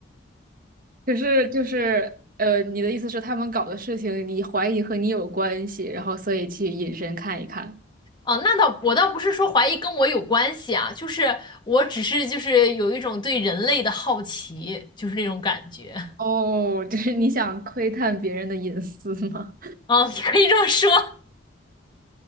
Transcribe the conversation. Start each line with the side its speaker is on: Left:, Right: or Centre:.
Right: 可是就是呃，你的意思是他们搞的事情，你怀疑和你有关系，然后所以去隐身看一看。
Left: 啊。那倒我倒不是说怀疑跟我有关系啊，就是我只是就是有一种对人类的好奇，就是那种感觉。
Right: 哦，<laughs> 就是你想窥探别人的隐私吗？
Left: 嗯，你可以这么说。